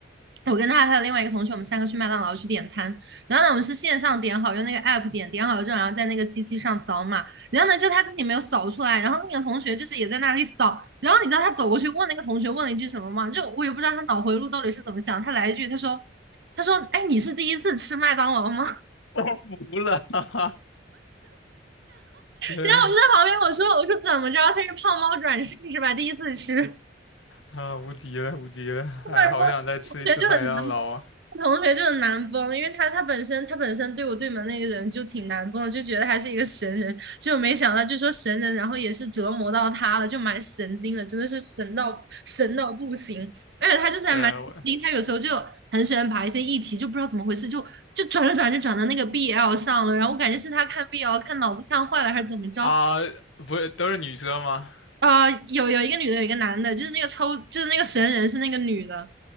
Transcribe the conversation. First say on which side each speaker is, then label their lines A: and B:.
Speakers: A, on the right; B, on the left.
A: 我跟他还有另外一个同学，我们三个去麦当劳去点餐。然后呢，我们是线上点好，用那个 app 点，点好了之后，然后在那个机器上扫码。然后呢，就他自己没有扫出来，然后那个同学就是也在那里扫。然后你知道他走过去问那个同学问了一句什么吗？就我也不知道他脑回路到底是怎么想，他来一句，他说。他说：“哎，你是第一次吃麦当劳吗？”
B: 我服了，<laughs> 哈哈，对
A: 然后我就在旁边，我说我说怎么着，他是胖猫转世是吧？第一次吃，<laughs>
B: 啊，无敌了，无敌了，哎，
A: 然后同学就很难，
B: 好想再吃一次麦当劳啊！
A: 同学就很难崩，因为他他本身他本身对我对门那个人就挺难崩的，就觉得他是一个神人，结果没想到就说神人，然后也是折磨到他了，就蛮神经的，真的是神到神到不行，而且他就是还蛮神经，
B: 对我
A: 他有时候就很喜欢把一些议题就不知道怎么回事，就就转着转着转到那个 BL 上了，然后我感觉是他看 BL 看脑子看坏了还是怎么着，
B: 啊，不是都是女生吗？
A: 啊，有有一个女的，有一个男的，就是那个抽，就是那个神人是那个女的，